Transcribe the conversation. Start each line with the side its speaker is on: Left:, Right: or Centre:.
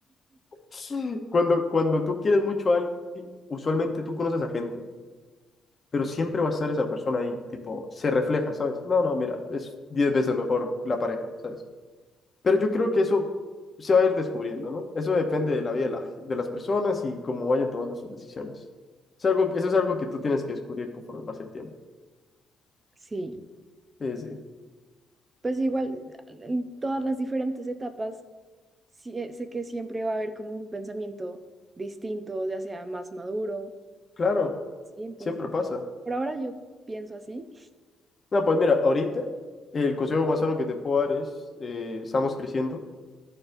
Left: <laughs> cuando, cuando tú quieres mucho a alguien, usualmente tú conoces a gente, pero siempre va a estar esa persona ahí, tipo, se refleja, ¿sabes? No, no, mira, es diez veces mejor la pareja, ¿sabes? Pero yo creo que eso se va a ir descubriendo, ¿no? Eso depende de la vida de, la- de las personas y cómo vayan tomando sus decisiones. Es algo, eso es algo que tú tienes que descubrir conforme pasa el tiempo.
Right: Sí,
Left: Sí, sí.
Right: pues igual en todas las diferentes etapas sí, eh, sé que siempre va a haber como un pensamiento distinto, ya sea más maduro,
Left: Claro.
Right: ¿sí? Entonces,
Left: Siempre pasa.
Right: por ahora yo pienso así.
Left: No, pues mira, ahorita el consejo más sano que te puedo dar es, eh, estamos creciendo,